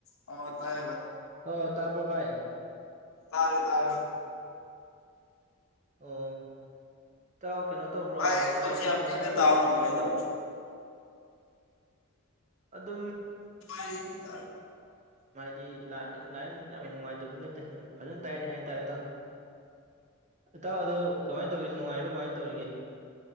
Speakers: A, on the left (about 75°); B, on the right (about 35°).
A: ꯑ ꯇꯥꯏꯕ
B: ꯑꯣ ꯇꯥꯝꯕ꯭ꯔꯣꯕꯥꯥꯏ
A: ꯇꯥꯔꯦ ꯇꯥꯔꯦ
B: ꯑꯣ ꯏꯇꯥꯎ ꯀꯩꯅꯣ ꯇꯧꯕ꯭ꯔꯣ
A: ꯚꯥꯏ ꯑꯩ
B: ꯅꯨꯡꯉꯥꯏꯔꯤꯕ꯭ꯔꯣ
A: ꯈꯣꯟꯁꯦ ꯌꯥꯝ
B: ꯀꯃꯥꯏꯅ
A: ꯄꯤꯛꯅ
B: ꯇꯧꯔꯤꯒꯦ
A: ꯇꯥꯕ꯭ꯔꯣ
B: ꯏꯇꯥꯎꯕꯣ
A: ꯀꯃꯥꯏꯅ ꯇꯧꯋꯦ
B: ꯑꯗꯨꯝ
A: ꯥꯏꯗ
B: ꯂꯥꯏ ꯌꯥꯝꯦꯟꯅ ꯅꯨꯡꯉꯥꯏꯇꯕꯁꯨ ꯅꯠꯇꯦ ꯑꯗꯨꯝ ꯐꯖꯅ ꯇꯥꯏꯔꯦ ꯍꯥꯏꯇꯥꯔꯦꯗꯣ ꯏꯇꯥꯎ ꯑꯗꯨ ꯀꯃꯥꯏ ꯇꯧꯒꯦ ꯅꯨꯡꯉꯥꯏꯔꯤꯕ ꯀꯃꯥꯏ ꯇꯧꯔꯤꯒꯦ